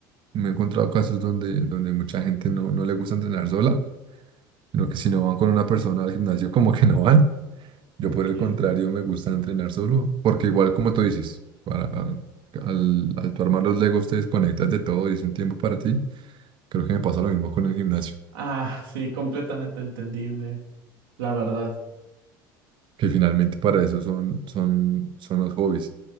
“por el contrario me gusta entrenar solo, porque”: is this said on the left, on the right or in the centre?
Right